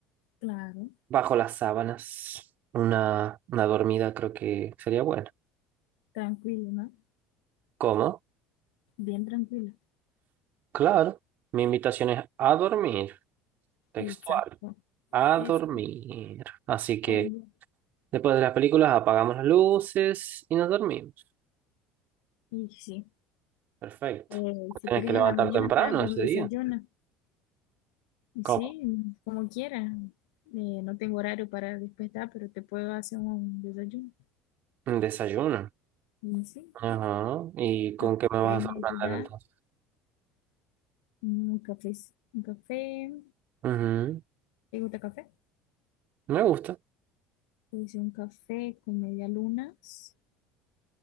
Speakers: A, on the left; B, on the right.
A: Claro,
B: bajo las sábanas. Una, una dormida creo que sería buena.
A: tranquilo, ¿no?
B: ¿Cómo?
A: Bien tranquilo.
B: Claro. Mi invitación es a dormir, textual,
A: Exacto.
B: a
A: Es
B: dormir. Así que
A: obvio.
B: después de las películas apagamos las luces y nos dormimos.
A: Y sí,
B: Perfecto.
A: eh, si
B: Tienes
A: quieres
B: que levantar
A: a la mañana
B: temprano
A: te hago
B: ese
A: un desayuno.
B: día.
A: Y
B: ¿Cómo?
A: sí, como quieras. Eh, no tengo horario para despertar, pero te puedo hacer un desayuno.
B: Un desayuno.
A: Y sí,
B: Ajá. ¿Y con
A: lo que
B: qué me vas
A: querés me
B: a sorprender
A: ayudar
B: entonces?
A: Mm, Un café, un café.
B: Ujú.
A: ¿Te gusta café?
B: Me gusta.
A: Pues un café con media lunas,